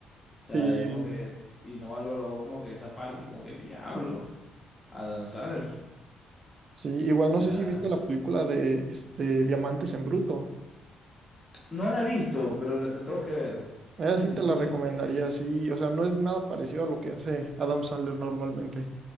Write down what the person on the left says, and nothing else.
sea,
es como que, y no valoró como que esa parte, y como que, diablo, Adam Sandler,
o
sea.
No la he visto, pero la, la tengo que ver.
O sea,
soy
consciente
que he fallado.